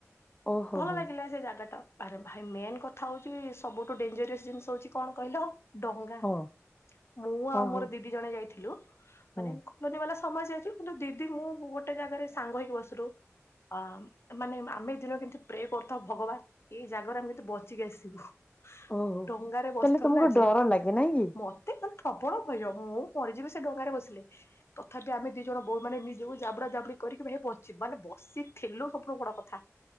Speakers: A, on the left; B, on the left.
A: ଓହୋ
B: ଭଲ
A: ହୋ
B: ଲାଗିଲା ସେ ଜାଗା ଟା। ଆରେ ଭାଇ ମେନ୍ କଥା ହଉଛି, ସବୁଠୁ ଡେଞ୍ଜରିୟସ୍ ଜିନିଷ ହଉଛି କଣ କହିଲ? ଡଙ୍ଗା!
A: ହଁ
B: ମୁଁ ଆଉ
A: ଓହୋ
B: ମୋର ଦିଦି ଜଣେ ଯାଇଥିଲୁ।
A: ହୁଁ।
B: ମାନେ ଲୁନି ବାଲା ସମୟ ଯାଇଥୁଲୁ। କିନ୍ତୁ, ଦିଦି ମୁଁ ଗୋଟେ ଜାଗାରେ ସାଙ୍ଗ ହେଇକି ବସିରୁ। ଅଁ ମାନେ ଆମେ ଏ ଦିନ କେମିତି ପ୍ରେ କରିଥାଉ, ଭଗବାନ୍! ଏଇ ଜାଗାରୁ ଆମେ କେତେ ବଚିକି ଆସିବୁ?
A: ଓହୋ
B: ଡଙ୍ଗାରେ ବସିଥିଲୁ
A: ତାହେଲେ ତମକୁ
B: ନା, ଯେହେତ୍
A: ଡର ଲାଗେ ନାଇଁ କି?
B: ମତ୍ ତେ ମାନେ ପ୍ରବଳ ଭୟ। ମୁଁ ମରିଯିବି ସେ ଡଙ୍ଗାରେ ବସିଲେ। ତଥାପି ଆମେ ଦି ଜଣ ବୋଉ ମାନେ ନି ଯଉ ଜାବୁଡା ଜାବୁଡି କରିକି ଭାଇ ବଚି, ମାନେ ବସିଥିଲୁ ସବଠୁ ବଡ କଥା।